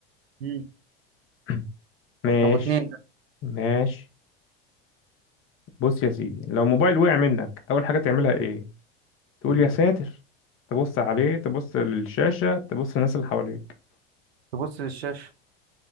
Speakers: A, on the right; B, on the left.
A: مم.
B: <clears throat> ماشي
A: أبو اتنين ده
B: ماشي بص يا سيدي لو موبايل وقع منك أول حاجة تعملها إيه؟ تقول
A: مم.
B: يا ساتر تبص عليه تبص للشاشة تبص للناس اللي حواليك
A: تبص للشاشة